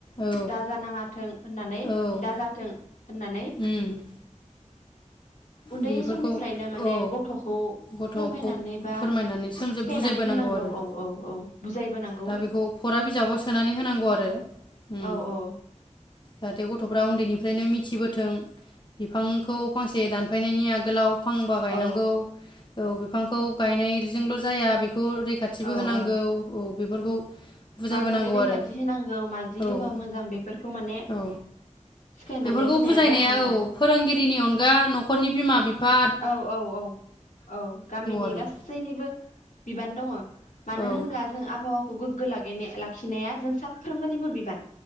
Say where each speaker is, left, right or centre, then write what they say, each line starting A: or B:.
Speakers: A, on the left; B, on the left.
A: औ
B: दा जानाङाथों होननानै
A: औ
B: दाजाथों होननानै
A: उम
B: उन्दै
A: बेफोरखौ
B: समनिफ्रायनो माने
A: औ
B: गथ'खौ
A: गथ'खौ
B: फोरमायनानै बा
A: फोरमायनानै सोमजि
B: सिखायनानै
A: बुजायबोनांगौ
B: होनांगौ
A: आरो
B: औ औ औ बुजायबोनांगौ
A: दा बेखौ फरा बिजाबाव सोनानै होनांगौ आरो उम
B: औ औ
A: जाहाथे गथ'फ्रा उन्दैनिफ्रायनो मिथिबोथों बिफांखौ फांसे दान फायनायनि आगोलाव फांबा गायनांगौ
B: औ
A: औ बिफांखौ गायनाय ल' जाया बे बेखौ रैखाथिबो
B: औ
A: होनांगौ
B: औ
A: औ बेफोरखौ बुजायबोनांगौ
B: माबोरै रैखाथि
A: आरो
B: होनांगौ मारजि होबा
A: औ
B: मोजां बेफोरखौ माने
A: औ
B: सिखायनानै
A: बेफोरखौ
B: होनाया
A: बुजायनाया
B: गाहाम आरो
A: औ फोरोंगिरिनि अनगा न'खरनि बिमा-बिफा
B: औ औ औ औ गामिनि
A: आरो
B: गासैनिबो बिबान दं। दङ मानो
A: औ
B: होनब्ला जों आबहावाखौ गो ग्गो लागायनाया लाखिनाया जों साफ्रोमनिबो बिबान